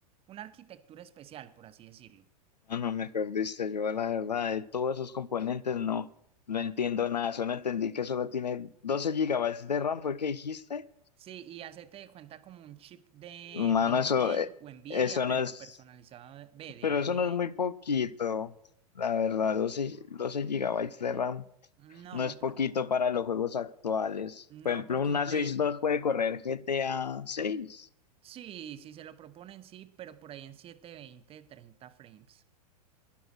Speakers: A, on the right; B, on the left.
A: una arquitectura especial, por así decirlo.
B: Mano, me perdiste, yo la verdad, de todos esos componentes no, no entiendo nada, solo entendí que solo tiene 12 gigabytes de RAM, ¿fue que dijiste?
A: Sí, y hacete de cuenta como un chip de,
B: Mano,
A: de Intel
B: eso, eh,
A: o Nvidia,
B: eso
A: pero
B: no es,
A: personalizado de, ve, de
B: pero
A: AMD.
B: eso no es muy poquito, la verdad, doce doce gigabytes de RAM
A: No,
B: no es poquito
A: por,
B: para los juegos actuales.
A: no,
B: Por ejemplo,
A: porque
B: una
A: un Play,
B: Switch dos puede correr GTA seis
A: sí, sí se lo proponen, sí, pero por ahí en setecientos veinte treinta frames,